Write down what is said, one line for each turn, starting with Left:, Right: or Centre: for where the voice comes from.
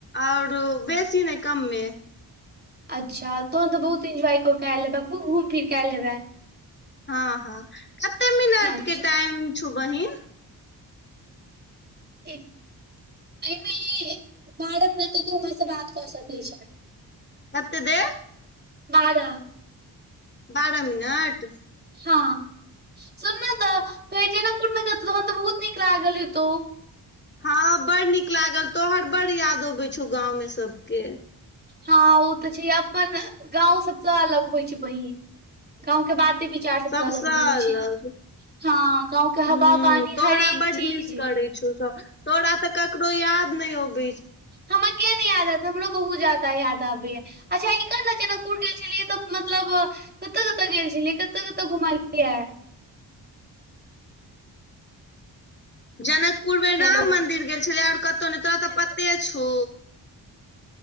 Left: आओर बेसी ने कमम
Right: अच्छा तहन तऽ बहुत इन्जॉय कय ल हेब खू घुम फिर कय ल हेब
Left: हँ हँ कते मिनट
Right: अच्छा
Left: के टाइम छौ बहि
Right: एहिमे इ बाड ने तऽ तू हमरा से बात कऽ सकै छ
Left: कतेक दे
Right: बार
Left: बारह मिनट
Right: हा सुनना तऽ भेटे न कुमे हन तऽ बहुत नीक लागल ह त
Left: हँ बड़ नीक लागल तोहर बड्ड याद अबैत छौ गाँंव मे सबक
Right: हँ ओ तऽ छै अपन गाँंव सबसँ अलग होइ छै बहिन गाँंव के बा विचार सबसऽ
Left: सबसँ
Right: अलग होइ
Left: अलग
Right: छ हँ गाँवके
Left: ह
Right: हवा पानी
Left: तोहरा
Right: हरेक
Left: बड
Right: चीज
Left: मिस करै छौ सब तोरा तऽ ककरो याद न अब
Right: हमरा के न याद आत है हमरो बहुत ज्यादा याद आबै ह अच्छा एक ने जनकाकूर गेल छलियै तऽ मतल कतय कतय गेल छलियै कतय कतहु घुमलिय
Left: जनकपुर मे
Right: हेलो
Left: राम मंदिर गेल छलै आर कतहु नहि तोरा तऽ पते छ